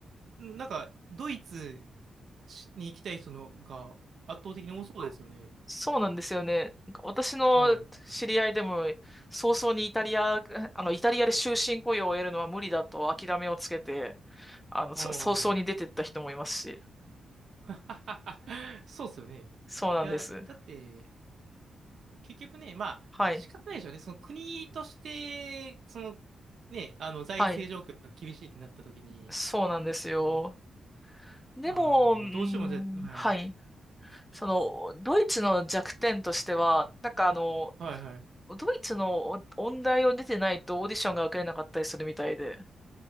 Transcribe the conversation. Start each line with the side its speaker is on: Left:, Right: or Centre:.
Right: なんか、ドイツに行きたい人のが圧倒的に多そうですよね。
Centre: そうなんですよね。なんか私の知り合いでも、
Right: はい。
Centre: 早々にイタリア、あの、イタリアで終身雇用を得るのは無理だと諦めをつけて、あの、
Right: うん。
Centre: そ早々に出てった人もいますし。
Right: <laughs> そうですよね。い
Centre: そうなんです。
Right: や、だって、結局ね、まあ、
Centre: はい。
Right: 仕方ないでしょうね。その国として、その、ね、あの、財政状況が厳しいってなった時に、
Centre: はい。そうなんですよ。
Right: ね、
Centre: でも、
Right: あの、
Centre: うーん、
Right: どうしてもじゃ、はい。
Centre: はい。その、ドイツの弱点としては、なんかあの、
Right: はいはい。
Centre: ドイツのお音大を出てないとオーディションが受けれなかったりするみたいで。